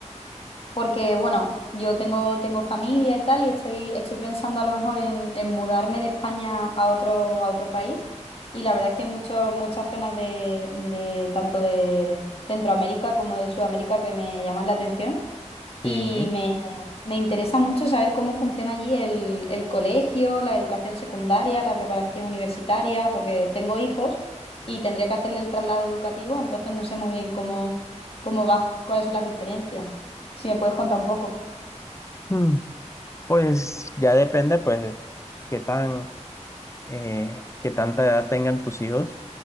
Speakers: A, on the left; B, on the left.
A: porque, bueno, yo tengo, tengo familia y tal, y estoy, estoy pensando a lo mejor en, en mudarme de España a otro, a otro país. Y la verdad es que hay mucho- muchas zonas de, de- tanto de Centroamérica como de Sudamérica que me llaman la atención.
B: Sí.
A: Y me, me interesa mucho saber cómo funciona allí el, el colegio, la educación secundaria, la preparación universitaria, porque tengo hijos y tendría que hacerle el traslado educativo, entonces no sé muy bien cómo, cómo va, cuáles son las diferencias. Si me puedes contar un poco.
B: Mm, Pues ya depende, pues, qué tan, eh, qué tanta edad tengan tus hijos,